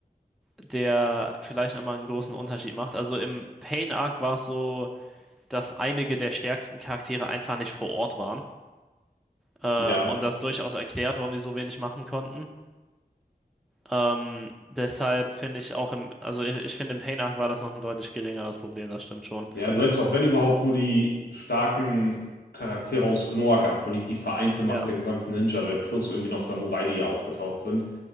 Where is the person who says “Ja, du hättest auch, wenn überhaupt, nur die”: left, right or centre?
Left